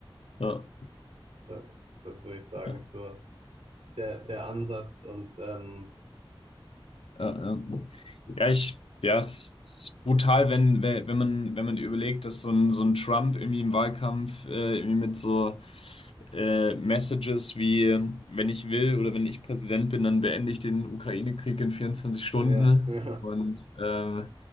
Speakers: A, on the left; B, on the right.
A: Ja.
B: Das, das würde ich sagen,
A: Ja.
B: ist so der, der Ansatz und ähm,
A: Ja, ja. Ja, ich, ja, es ist brutal, wenn, wenn wenn man, wenn man überlegt, dass so ein, so ein Trump irgendwie im Wahlkampf äh, irgendwie mit so äh, Messages wie, wenn ich will oder wenn ich Präsident bin, dann beende ich den Ukraine-Krieg in vierundzwanzig Stunden.
B: ja, <laughs> ja,
A: Und äh,